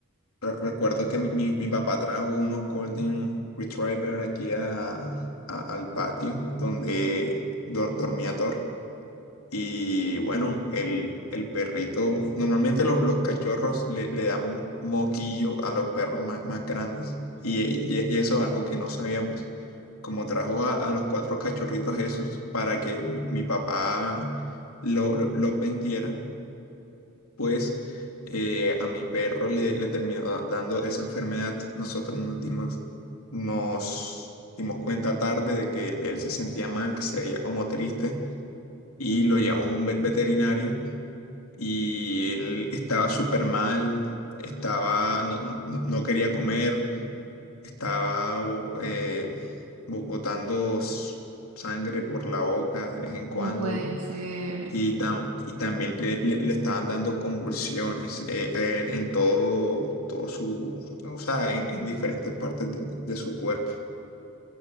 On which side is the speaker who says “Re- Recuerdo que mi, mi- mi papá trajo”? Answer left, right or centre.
Left